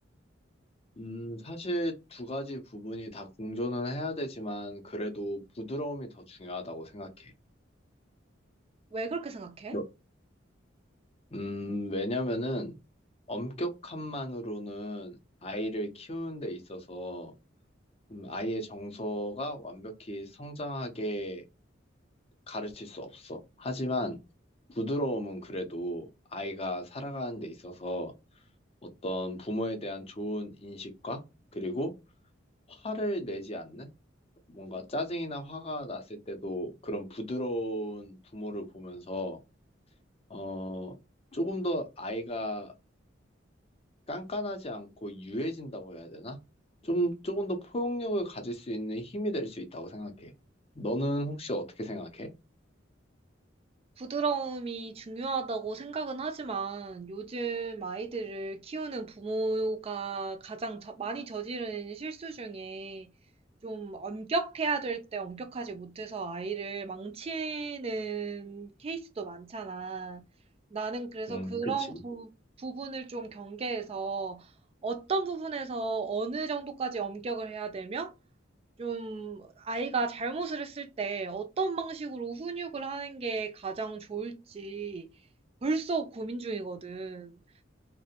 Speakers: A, on the left; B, on the right.
A: 음, 사실 두 가지 부분이 다 공존은 해야 되지만 그래도 부드러움이 더 중요하다고 생각해.
B: 왜 그렇게 생각해?
A: 너- 음, 왜냐면은 엄격함만으로는 아이를 키우는 데 있어서 음, 아이의 정서가 완벽히 성장하게 가르칠 수 없어. 하지만 부드러움은 그래도 아이가 살아가는 데 있어서 어떤 부모에 대한 좋은 인식과 그리고 화를 내지 않는? 뭔가 짜증이나 화가 났을 때도 그런 부드러운 부모를 보면서, 어, 조금 더 아이가 깐깐하지 않고 유해진다고 해야 되나? 좀, 조금 더 포용력을 가질 수 있는 힘이 될 수 있다고 생각해. 너는 혹시 어떻게 생각해?
B: 부드러움이 중요하다고 생각은 하지만 요즘 아이들을 키우는 부모가 가장 저- 많이 저지르는 실수 중에 좀 엄격해야 될 때 엄격하지 못해서 아이를 망치는 케이스도 많잖아. 나는 그래서
A: 음,
B: 그런
A: 그치.
B: 부, 부분을 좀 경계해서 어떤 부분에서 어느 정도까지 엄격을 해야 되며 좀 아이가 잘못을 했을 때 어떤 방식으로 훈육을 하는 게 가장 좋을지 벌써 고민 중이거든.